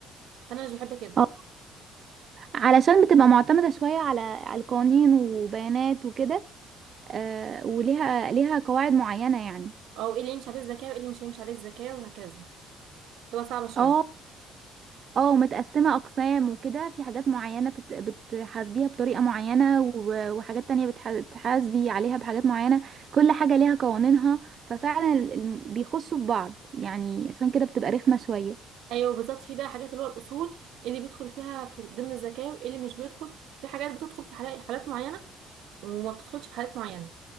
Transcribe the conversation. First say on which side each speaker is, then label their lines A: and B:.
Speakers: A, on the right; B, on the right.
A: انا مش بحب كده
B: اه علشان بتبقى معتمدة شوية على على القوانين وبيانات وكده آه وليها ليها قواعد معينة يعني
A: او ايه اللي يمشي عليه الذكاء وايه اللي مش هيمشي عليه الذكاء وهكذا تبقى صعبه شويه
B: اه اه متقسمة أقسام وكده في حاجات معينة بت- بتحاسبيها بطريقة معينة و- وحاجات تانية بتح- بتحاسبي عليها بحاجات معينة كل حاجة ليها قوانينها ففعلا ال- ال- بيخشوا في بعض يعني عشان كده بتبقى رخمة شوية
A: ايوه بالظبط في بقى حاجات اللي هو الاصول اللي بيدخل فيها في ضمن الزكاه واللي مش بيدخل في حاجات بتدخل في حالا- حالات معينه وما بتدخلش في حالات معينه